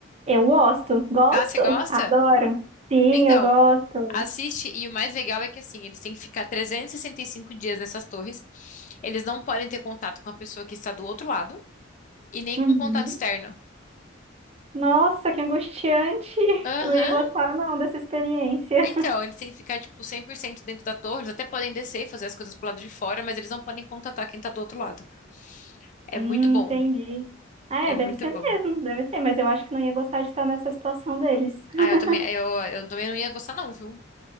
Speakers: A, on the right; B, on the left.
A: Eu gosto, gosto,
B: Ah, você gosta?
A: adoro. Sim,
B: Então,
A: eu gosto.
B: assiste, e o mais legal é que, assim, eles têm que ficar trezentos e e sessenta e cinco dias nessas torres, eles não podem ter contato com a pessoa que está do outro lado, E nem
A: Uhum.
B: com contato externo.
A: Nossa, que angustiante!
B: Aham.
A: Eu não ia gostar, não, dessa experiência. <laughs>
B: Então, eles têm que ficar, tipo, 100% dentro da torre. Eles até podem descer e fazer as coisas pro lado de fora, mas eles não podem contatar quem tá do outro lado. É
A: Hum,
B: muito bom.
A: entendi. Ah,
B: É
A: É,
B: muito
A: deve ser
B: bom.
A: mesmo, deve ser, mas eu acho que não ia gostar de estar nessa situação deles. <laughs>
B: Ah, eu também, eu, eu também não ia gostar, não, viu?